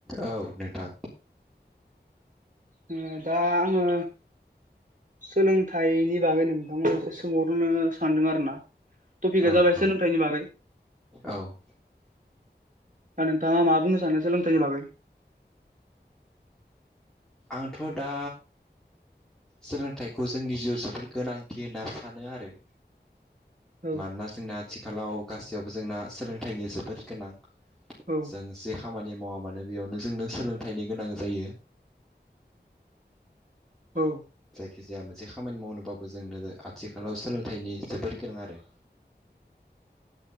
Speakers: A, in the centre; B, on the right.
A: औ नोंथां
B: उम दा आङो सोलोंथाइनि बागै नोंथांमोन एसे सोंहरनो सानदों आरो ना टपिकआ
A: औ
B: जाबाय
A: औ
B: सोलोंथाइनि बागै
A: औ
B: दानोंथाङा मा बुंनो सानो सोलोंथाइनि बागै
A: आंथ' दा सोलोंथाइखौ जोंनि जिउआव जोबोर गोनांथि होनना सानो आरो
B: औ
A: मानोना जोंना आथिखालाव गासैयावबो जोंना सोलोंथाइनि जोबोद गोनां
B: औ
A: जों जे खामानि मावा मानो बेयावनो जोंनो सोलोंथाइनि गोनां जायो
B: औ
A: जायखि जाया मोनसे खामानि मावनोबाबो जोंनो आथिखालाव सोलोंथाइनि जोबोर गोनां आरो।